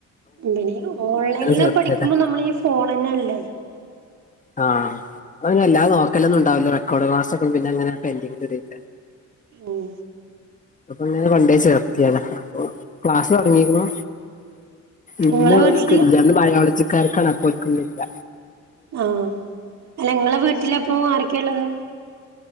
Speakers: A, on the right (about 65°); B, on the left (about 25°).
A: ഇവന് ഓൺലൈനില്
B: ചേർത്തിയതാ
A: പഠിക്കുമ്പോ നമ്മളി ഫോണെന്നല്ലേ
B: ആ അത് പിന്നെ വെല്ലാ നോക്കലൊന്നുണ്ടാവൂല്ല റെക്കോഡ് ക്ലാസ്സൊക്കൊ പിന്നെ അങ്ങനെ പെന്റിങ് കേറിട്ട്
A: ഉം
B: <unintelligible> പണ്ടേ ചേർത്യേതാ അപ്പൊ ക്ലാസ്സൊടങ്ങിക്കുണു ഇന്നോൽക്കില്ല
A: നിങ്ങളെ വീട്ടില്
B: ന്ന് ബയോളജിക്കാര്ക്കാണ് അപ്പോൽക്ക്ന്നില്ല
A: ആ ല്ല ങ്ങളെ വീട്ടിലപ്പൊ ആരൊക്കെള്ളത്